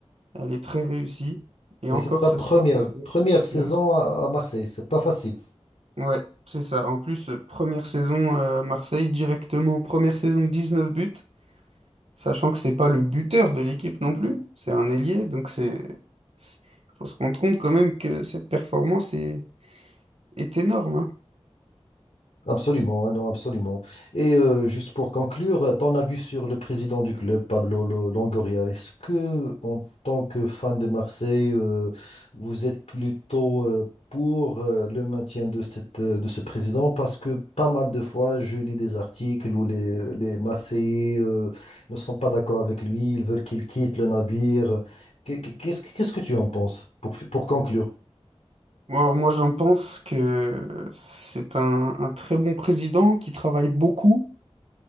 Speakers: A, on the right (about 70°); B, on the left (about 80°).
A: elle est très réussie. Et
B: Et
A: encore
B: c'est sa
A: ce
B: première,
A: soir.
B: première saison
A: là.
B: à, à Marseille. C'est pas facile.
A: Ouais, c'est ça. En plus, euh, première saison euh, à Marseille, directement, première saison 19 buts, sachant que c'est pas le buteur de l'équipe non plus, c'est un ailier. Donc c'est, c'est- faut se rendre compte quand même que cette performance est, est énorme. hein.
B: Absolument, ah non, absolument. Et euh, juste pour conclure, euh, ton avis sur le président du club, Pablo Lo- Longoria, est-ce que, en tant que fan de Marseille, euh, vous êtes plutôt euh, pour euh, le maintien de cette, euh, de ce président? Parce que pas mal de fois, je lis des articles où les, les Marseillais euh, ne sont pas d'accord avec lui, ils veulent qu'il quitte le navire. Qu'est- Qu'est-ce, qu'est-ce que tu en penses pour, pour conclure?
A: Alors, moi, j'en pense que c'est un, un très bon président qui travaille beaucoup